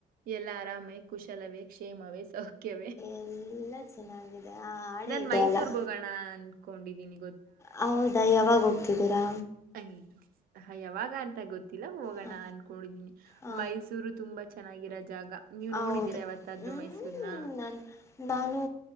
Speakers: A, on the right (about 60°); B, on the left (about 15°).
A: ಎಲ್ಲ ಆರಾಮೇ ಕುಶಲವೇ ಕ್ಷೇಮವೇ ಕೆ
B: ಎಲ್ಲ ಚೆನ್ನಾಗಿದೆ ಆ ಹಾಡೇ
A: ನಾನ
B: ಇದೆಯಲ್ಲ
A: ಮೈಸೂರ್ ಹೋಗೋಣ ಅನ್ಕೊಂಡಿದೀನಿ
B: ಹೌದಾ ಯಾವಾಗ ಹೋಗ್ತಿದ್ದೀರಾ
A: ಹದು ಹ ಯಾವಾಗ ಅಂತ ಗೊತ್ತ ತ್ತಲ್ಲ ಹೋಗೋಣ
B: ಹ
A: ಅನ್ಕೊಂಡಿದೀನಿ
B: ಹ
A: ಮೈಸೂರು ತುಂಬಾ ಚೆನ್ನಾಗಿರೋ ಜಾಗ ನೀವ್
B: ಹೌದು
A: ನೋಡಿದೀರಾ ಯವತ್ತಾದ್ರೂ
B: ಹ್ಮ್
A: ಮೈಸೂರ್ನ
B: ನಾನು ನಾನು